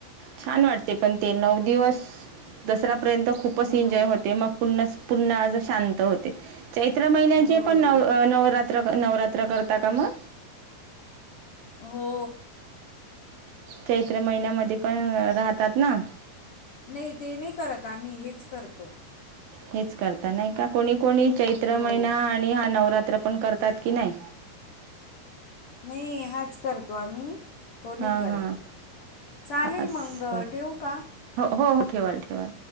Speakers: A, on the right; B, on the left.
A: छांन वाटते पणं ते नऊ दिवसं दसरांपर्यंत खूपचं
B: हो
A: एन्जॉय होते मगं पुन्हां पुन्हां शांत होते चैत्र
B: हो
A: महिन्यांचे पणं नवं नवरांत्र नवरांत्र करतां कां मगं.
B: हो
A: चैत्र महिन्यांमध्यें पणं राहतांत नां
B: नाहीं ते नाहीं करतं आम्हीं हेचं करतो.
A: हेचं करतां नाहीं कां कोणी कोणी चैत्र
B: हो.
A: महिना आणि हां नवरांत्र पणं करतांत की नांय
B: नाहीं हांच करतो आम्हीं तो नाहीं
A: हां
B: करतं
A: हां
B: चालेल
A: असं
B: मंग ठेवूं कां
A: हो हो हो ठेवां ठेवां